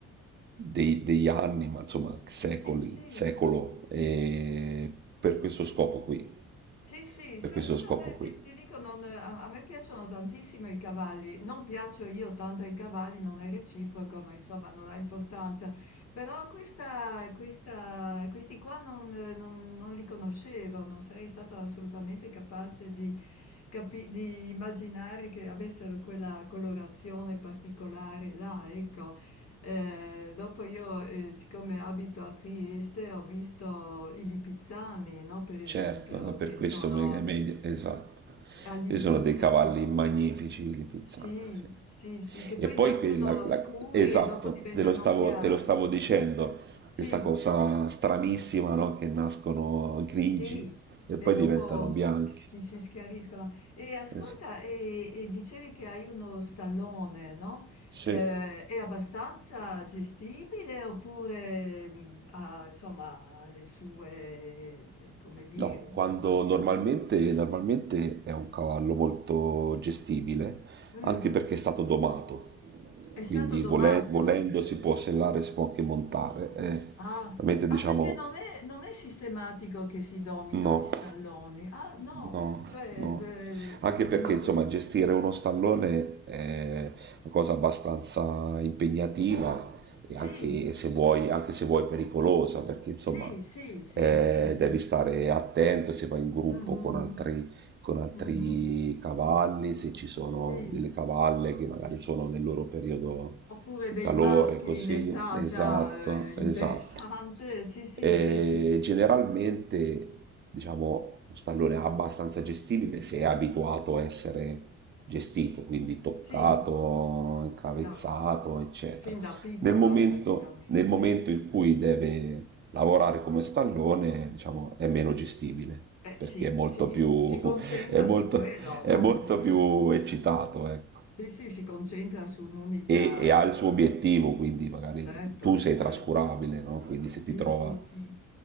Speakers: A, on the right; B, on the left.
A: dei- degli anni, ma insomma secoli,
B: Sì, sì.
A: secolo, e per questo scopo qui,
B: Sì, sì,
A: per
B: solo
A: questo
B: che
A: scopo
B: non è-
A: qui.
B: ti, ti dico, non- eh, a, a me piacciono tantissimo i cavalli, non piaccio io tanto ai cavalli, non è reciproco, ma insomma non ha importanza. Però questa, questa- questi qua non, eh, non- non li conoscevo, non sarei stata assolutamente capace di, capi- di immaginare che avessero quella colorazione particolare là, ecco. Ehm, dopo io, ehm, siccome abito a Trieste, ho visto i lipizzani, no, per esempio,
A: Certo, no, per
B: che
A: questo
B: sono
A: Mega Media, esatto.
B: a Lipizza,
A: Ci sono dei cavalli
B: no?
A: magnifici li pizzano,
B: Sì,
A: sì.
B: sì, sì, che poi
A: E poi
B: nascono
A: que- la- la-
B: scuri
A: esatto,
B: e dopo diventano
A: te lo stavo,
B: chiari.
A: te lo stavo dicendo,
B: Sì.
A: questa cosa stranissima, no? Che nascono grigi
B: Sì,
A: e
B: e
A: poi
B: dopo
A: diventano bianchi.
B: schi- si schiariscono. E ascolta,
A: Esatto.
B: e, e dicevi che hai uno stallone, no?
A: Sì.
B: Eh, è abbastanza gestibile oppure mh, ha, insomma, ha le sue, eh, come dire,
A: No,
B: insomma,
A: quando normalmente, normalmente è un cavallo molto gestibile,
B: Mm,
A: anche perché è stato domato,
B: è stato
A: quindi
B: domato.
A: vole- volendo si può sellare, si può anche montare. Eh,
B: Ah,
A: ovviamente diciamo
B: ah, perché non è, non è sistematico che si domino
A: no.
B: gli stalloni. Ah, no,
A: No,
B: cioè,
A: no.
B: eh,
A: Anche perché
B: no,
A: insomma gestire uno stallone è una cosa abbastanza impegnativa e
B: sì,
A: anche se vuoi, anche se vuoi pericolosa, perché insomma
B: sì, sì, sì,
A: eh,
B: sì, sì.
A: devi stare attento se vai in gruppo
B: Mh-mh-mh,
A: con altri, con altri
B: mh-mh.
A: cavalli, se ci sono
B: Sì,
A: delle cavalle che magari sono nel loro periodo
B: oppure
A: di
B: dei
A: calore,
B: maschi
A: così.
B: in età
A: Esatto,
B: già, ehm, interessante.
A: esatto.
B: Sì, sì,
A: Eh,
B: sì, sì.
A: generalmente, diciamo, un stallone abbastanza gestibile se è abituato a essere gestito, quindi toccato,
B: Sì,
A: incavezzato,
B: da
A: eccetera.
B: fin da piccolo
A: Nel momento,
B: praticamente.
A: nel momento in cui deve lavorare come stallone, diciamo, è meno gestibile
B: Eh
A: perché
B: sì,
A: è molto
B: sì,
A: più,
B: s si concentra
A: <laughs> è molto,
B: su quello,
A: è
B: no,
A: molto
B: eh.
A: più eccitato, ecco.
B: Sì, sì, si concentra su un'unica
A: E, e ha il suo obiettivo, quindi magari
B: certo,
A: tu sei
B: certo.
A: trascurabile, no? Quindi se
B: Sì,
A: ti trova
B: sì, sì.